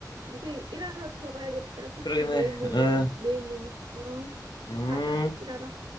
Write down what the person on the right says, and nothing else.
이제 일하러 들어가야겠다. 그치?
메인 몸이,
야 메인 문이. 어, 그래,
가자, 일하러.